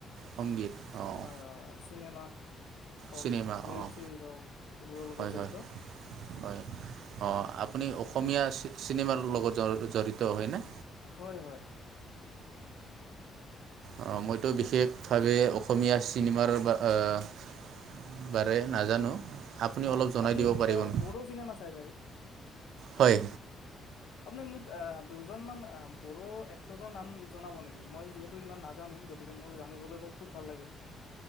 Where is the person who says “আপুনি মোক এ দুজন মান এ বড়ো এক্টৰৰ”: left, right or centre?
Left